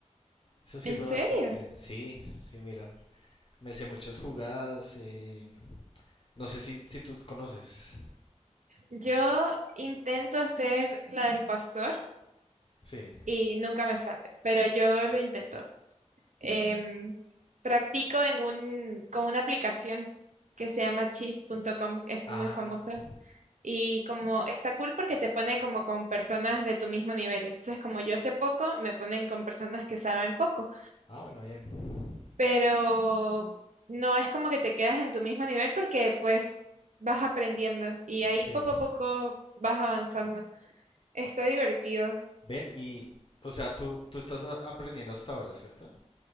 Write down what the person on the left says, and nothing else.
Eso sirve
bastante. Sí, sí, mira. Me sé muchas jugadas. eh, No sé si, si tú conoces.
Sí.
Ah.
Ah, bueno, bien.
Sí.
Ven y, o sea, tú, tú estás a- aprendiendo hasta ahora, ¿cierto?